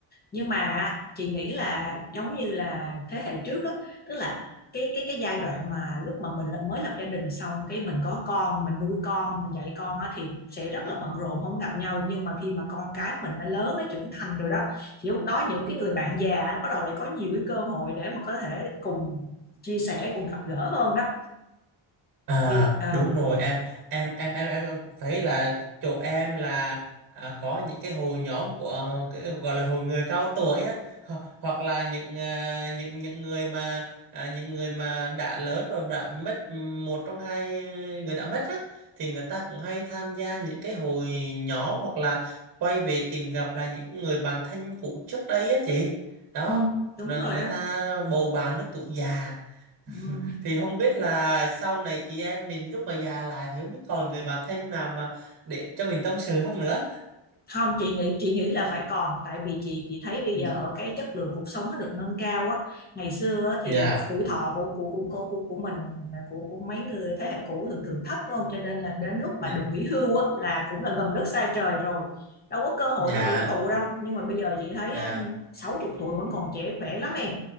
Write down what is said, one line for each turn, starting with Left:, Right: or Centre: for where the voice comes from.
Left: nhưng mà chị nghĩ là giống như là thế hệ trước á tức là cái cái cái giai đoạn mà lúc mà mình mới lập gia đình xong cái mình có con mình nuôi con mình dạy con á thì sẽ rất là bận rộn không gặp nhau nhưng mà khi mà con cái mình nó lớn nó trưởng thành rồi đó thì lúc đó những cái người bạn già nó bắt đầu lại có nhiều cái cơ hội để mà có thể cùng chia sẻ cùng gặp gỡ hơn đó
Right: À
Left: thì ờ,
Right: đúng rồi em em em em em em cũng thấy là chỗ em là à, có những cái hội nhóm của ờ, cái gọi là hội người cao tuổi á ho- hoặc là những à, những những người mà à, những người mà đã lớn rồi đã mất một trong hai người đã mất á thì người ta cũng hay tham gia những cái hội nhóm hoặc là quay về tìm gặp là những người bạn thân cũ trước đây á chị đó
Left: Ừm, đúng
Right: là
Left: rồi
Right: người
Left: đó.
Right: ta bầu bạn lúc tuổi già
Left: Ừm.
Right: thì không biết là sau này chị em mình lúc mà già lại thì không biết còn người bạn thân nào mà để cho mình tâm sự không nữa
Left: Không, chị nghĩ chị nghĩ là phải còn tại vì chị chị thấy bây
Right: Ừ.
Left: giờ cái chất lượng cuộc sống nó được nâng cao á. Ngày xưa á, thì
Right: dạ
Left: tuổi thọ của của của của của, của mình của của mấy người thế hệ cũ thường thường thấp đúng không? Cho nên là đến lúc mà
Right: Nhị-
Left: được nghỉ hưu á là cũng là gần đất xa trời rồi. Đâu có cơ hội
Right: dạ
Left: để hưởng thụ đâu. Nhưng mà bây giờ chị thấy
Right: dạ
Left: á, sáu chục tuổi vẫn còn trẻ khỏe lắm em.